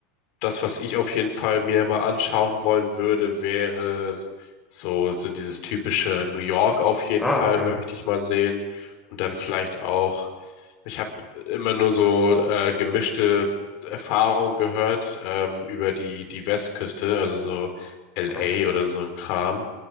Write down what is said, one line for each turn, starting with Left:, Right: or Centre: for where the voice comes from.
Left: das, was ich auf jeden Fall mir mal anschauen wollen würde, wäre so, so dieses typische New York auf jeden
Centre: Ah,
Left: Fall
Centre: ja.
Left: möchte ich mal sehen. Und dann vielleicht auch, ich habe immer nur so äh, gemischte Erfahrungen gehört ähm, über die, die Westküste, also so LA
Centre: Ah.
Left: oder so ein Kram.